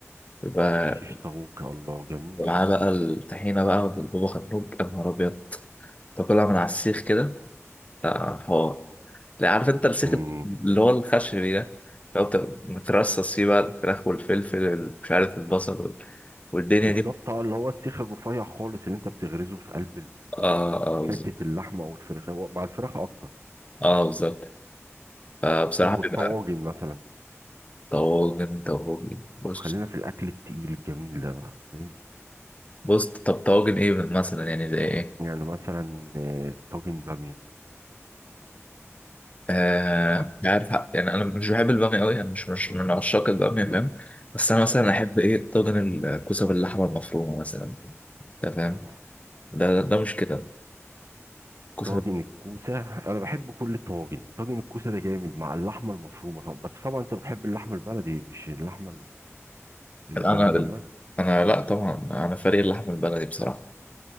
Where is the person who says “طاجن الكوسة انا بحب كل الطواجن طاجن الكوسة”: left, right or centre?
Right